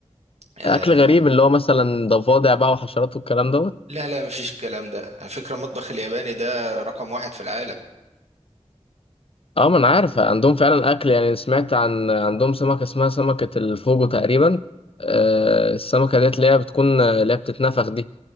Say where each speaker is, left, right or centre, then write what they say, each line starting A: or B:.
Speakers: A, on the right; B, on the left.
A: آه
B: اكل غريب اللي هو مثلا ضفادع بقى وحشرات والكلام دوت
A: لا لا مفيش الكلام ده على فكرة المطبخ الياباني ده رقم واحد في العالم
B: اه ما انا عارف عندهم فعلا اكل يعني سمعت عن عندهم سمكه اسمها سمكه الفوجو تقريبا آه السمكه ديت اللي هي بتكون اللي هي بتتنفخ دي